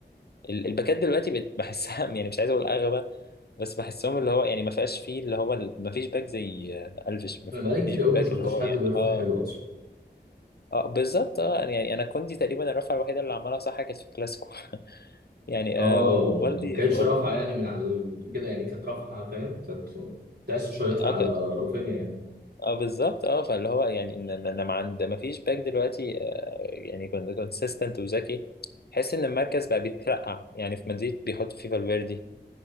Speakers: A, on the left; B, on the right.
A: ال- الباكات دلوقتي بت- بحسها <laughs> يعني مش عايز اقول اغبى بس بحسهم اللي هو يعني ما فيهاش فيه اللي هو ال- ما فيش باك زي آه، الفيش ما
B: انا بقالي كتير
A: فيش باك
B: قوي ما شفتش
A: اللي هو
B: حد
A: يعني
B: بيرفع
A: اه
B: حلو اصلا
A: اه بالظبط اه يعني يعني انا كوندي تقريبا الرفعه الوحيده اللي عملها صح كانت في الكلاسيكو <laughs> يعني
B: اه
A: آه وبالدي
B: وما كانتش
A: <laughs>
B: رافعة يعني من على ال- كده يعني كانت رافعة فاهم كانت تحس شايطها
A: اه
B: على
A: ك-
B: رافينيا يعني
A: اه بالظبط اه فاللي هو يعني ان ان انا ما عند ما فيش باك دلوقتي آه يعني كنت كونسيستنت وذكي تحس ان المركز بقى بيترقع يعني في مدريد بيحطوا فيه فالفيردي